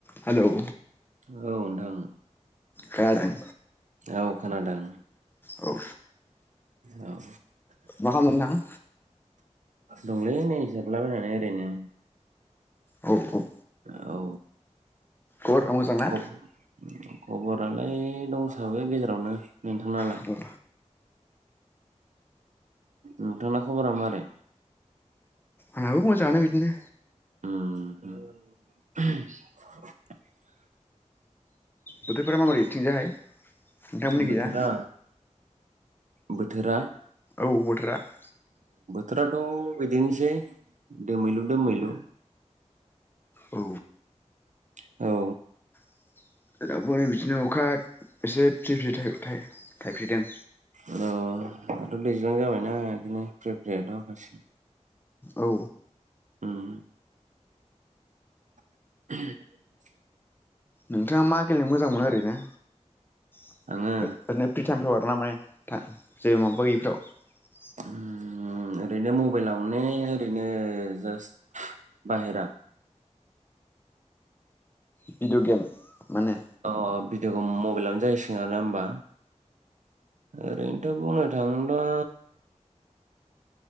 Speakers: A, on the left; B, on the right.
A: Hello
B: औ नोंथां
A: खोनादों
B: औ खोनादों
A: औ
B: औ
A: बाहा मोनना हा
B: दंलै नै जिरलाबायनानै ओरैनो
A: औ औ
B: औ
A: खबरा मोजां ना
B: ख- खबरालाय दंसाबो गेजेरावनो नोंथांनालाय
A: औ
B: नोंथांना खबरा मारै
A: आंहाबो मोजाङानो बिदिनो
B: उम
A: बोथोरफोरा माबोरै थिंजाहाय नोंथांमोननि
B: बोथोरा
A: खिजा
B: बोथोरा
A: औ बोथोरा <inaudible>
B: थोराथ बिदिनसै दोमैलु दोमैलु
A: औ
B: औ
A: <unintelligible> अखा एसे फ्रि फ्रि थाइ थाइ थायफ्रिदों
B: अ दाथ' दैज्लां जाबायना ओंखायनो फ्रि फ्रियाथ हाखासिगोन
A: औ
B: उम। <unintelligible>
A: नोंथाङा मा गेलेनो मोजां मोनो ओरैनो <unintelligible>
B: आङो
A: <unintelligible>
B: उम ओरैनो मबाइलावनो ओरैनो जास्ट बाहेरा
A: भिडिअ गेम माने
B: अ भिडअग मबाइलावनो जायोय सिगोन आरोना ओमबा ओरैनोथ' बुंनो थाङोब्ला